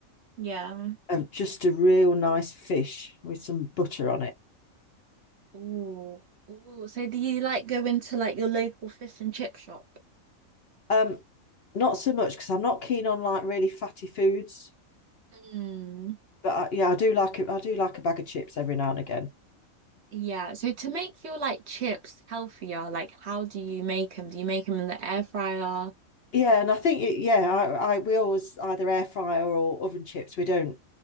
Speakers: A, on the right (about 55°); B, on the left (about 55°).
A: yeah.
B: of just a real nice fish with some butter on it.
A: Ooh. Ooh. So do you like go into like your local fish and chip shop?
B: Um, not so much because I'm not keen on like really fatty foods,
A: Mm.
B: but I, yeah, I do like it. I do like a bag of chips every now and again.
A: Yeah, so to make your like chips healthier, like how do you make them? Do you make them in the air fryer?
B: Yeah, and I think it, yeah, I, I we always either air fryer or oven chips. We don't